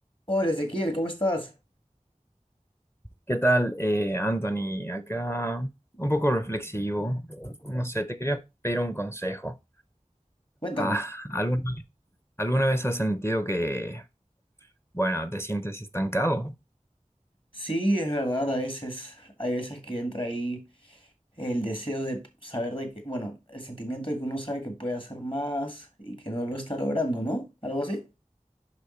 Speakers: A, on the left; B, on the left.
A: Hola Ezequiel, ¿cómo estás?
B: ¿Qué tal, eh, Anthony? Acá un poco reflexivo. No sé, te quería pedir un consejo.
A: Cuéntame.
B: Ah, ¿alguna, alguna vez has sentido que, bueno, te sientes estancado?
A: Sí, es verdad, a veces, hay veces que entra ahí el deseo de saber de que, bueno, el sentimiento de que uno sabe que puede hacer más y que no lo está logrando, ¿no? Algo así.